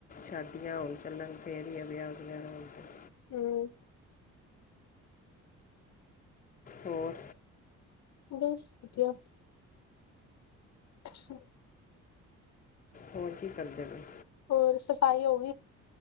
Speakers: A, on the left (about 30°); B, on the left (about 65°).
A: ਸ਼ਾਦੀਆਂ ਹੋਨ ਚੱਲਨ ਫਿਰ ਈ ਏ ਵਿਆ ਵਗੈਰਾ।
B: ਹੂੰ।
A: ਹੋਰ?
B: ਬਸ ਵਦੀਆ। ਅੱਛਾ।
A: ਹੋਰ ਕੀ ਕਰਦੇ ਪੇ ਓ?
B: ਹੋਰ ਸਫਾਈ ਹੋਗੀ?